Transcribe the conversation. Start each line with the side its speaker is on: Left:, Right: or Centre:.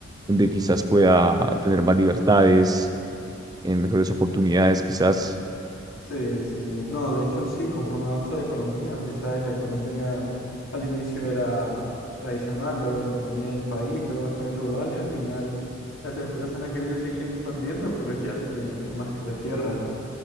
Right: donde quizás pueda tener más libertades, eh, mejores oportunidades, quizás.
Left: Sí, sí. No, de hecho sí, conforme avanza la economía, si sabes, la economía al inicio era tradicional, luego la economía del país, luego está global y al final las empresas van a querer seguir expandiendo, pero es ya donde ya no hay más que la tierra.